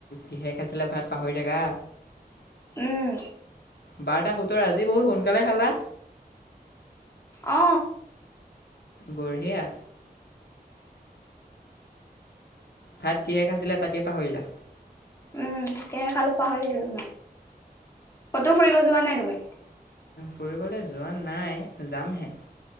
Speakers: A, on the left (about 80°); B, on the left (about 15°).
A: কিহেৰে খাইছিলা ভাত পাহৰি থাকা
B: উম
A: বাৰটা সোতৰ আজি বহুত সোনকালে খালা?
B: অ।
A: বঢ়িয়া ভাত কিহে খাইছিলা তাকেই পাহৰিলা।
B: উম কিহেৰে খালো পাহৰি থাকিলো। কতো ফুৰিব যোৱা নাই তুমি?
A: ফুৰিবলে যোৱা নাই, যামহে